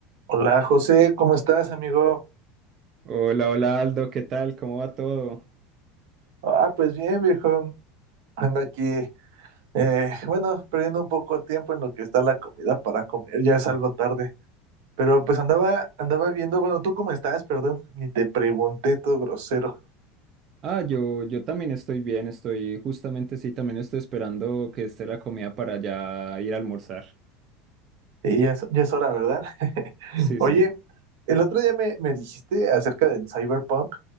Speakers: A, on the right; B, on the right.
A: Hola José, ¿cómo estás, amigo?
B: Hola, hola Aldo, ¿qué tal? ¿Cómo va todo?
A: Ah, pues bien, viejo. Ando aquí, eh, bueno, perdiendo un poco de tiempo en lo que está la comida para comer, ya es algo tarde. Pero pues andaba, andaba viendo, bueno, ¿tú cómo estás? Perdón, ni te pregunté todo grosero.
B: Ah, yo, yo también estoy bien, estoy justamente, sí, también estoy esperando que esté la comida para ya ir a almorzar.
A: Sí, ya es, ya es hora, ¿verdad? <laughs>
B: Sí,
A: Oye,
B: sí,
A: el otro día me, me dijiste acerca del Cyberpunk,